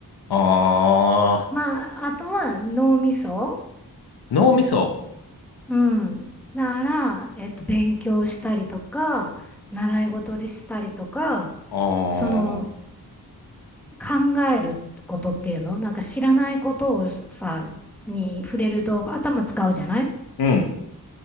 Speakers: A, on the left (about 80°); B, in the centre.
A: ああ、
B: まあ、あとは脳みそ。
A: 脳みそ。
B: うん。だから、えっと、勉強したりとか、習い事にしたりとか、
A: ああ、
B: その考えることっていうの、なんか知らないことをさ、に触れると頭使うじゃない
A: うん、